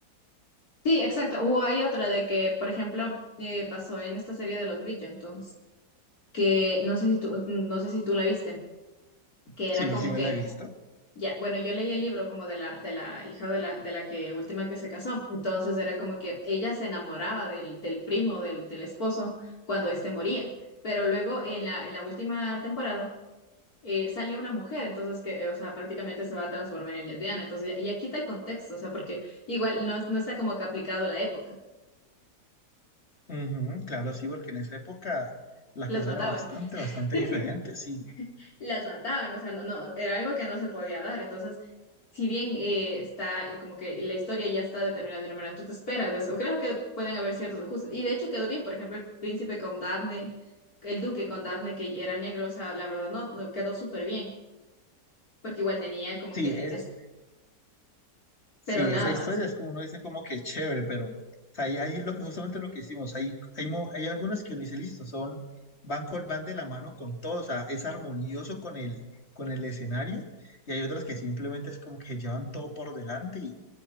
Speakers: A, on the left (about 55°); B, on the left (about 35°).
A: Sí, exacto. O hay otra de que, por ejemplo, eh, pasó en esta serie de los Bridgertons, que no sé si tú, no sé si tú la viste, que era
B: Sí,
A: como
B: sí
A: Sí,
B: me
A: que,
B: la
A: sí,
B: he visto.
A: ya, bueno, yo leí el libro como de la, de la hija de la, de la que última que se casó. Entonces era como que ella se enamoraba del, del primo, del, del esposo, cuando este moría. Pero luego en la, en la última temporada eh, sale una mujer, entonces que, eh, o sea, prácticamente se va a transformar en lesbiana. Entonces, ya- y aquí está el contexto, o sea, porque igual no, no está como que aplicado a la época.
B: Ujú, claro, sí, porque en esa época la
A: Las
B: cosa
A: mataban.
B: era bastante, bastante
A: <laughs>
B: diferente, sí.
A: las mataban, o sea, no, no, era algo que no se podía dar. Entonces, si bien eh, está como que la historia ya está determinada de una manera, tú te esperas de eso, o claro que pueden haber ciertos ajustes. Y de hecho quedó bien, por ejemplo, el príncipe con Daphne, el duque con Daphne, que era negro, o sea, la verdad no, no, quedó súper bien, porque igual tenía como
B: Sí,
A: que,
B: es
A: es-
B: Sí,
A: pero nada
B: esa historia
A: más.
B: es como uno dice como que chévere, pero o sea, ahí, ahí lo que justamente lo que hicimos, hay, hay, mo- hay algunas que uno dice, listo, son, van, col- van de la mano con todo, o sea, es armonioso con el, con el escenario, y hay otras que simplemente es como que llevan todo por delante y,